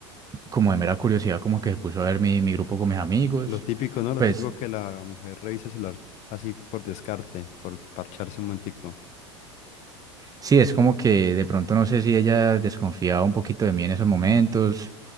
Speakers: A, on the right; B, on the left.
A: como de mera curiosidad, como que se puso a ver mi, mi grupo con mis amigos.
B: Lo típico, ¿no? Lo
A: Pues
B: típico que la mujer revisa el celular así por descarte, por parcharse un momentico.
A: sí, es como que de pronto no sé si ella desconfiaba un poquito de mí en esos momentos